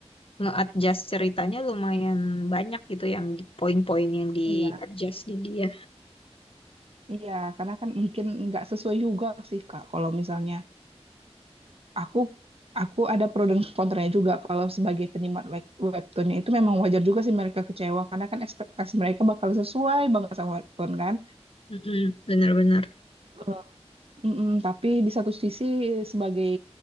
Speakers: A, on the left (about 55°); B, on the right (about 60°).
A: nge-adjust ceritanya lumayan banyak gitu yang di- poin-poin yang di-adjust
B: iya
A: di dia.
B: iya karena kan mungkin nggak sesuai juga sih kak kalau misalnya aku aku ada pro dan kontranya juga kalau sebagai penikmat web- webtoonnya itu memang wajar juga sih mereka kecewa karena kan ekspektasi mereka bakal sesuai banget sama webtoon kan.
A: Mm-mm. Benar-benar.
B: Eh, Mm-mm, tapi di satu sisi sebagai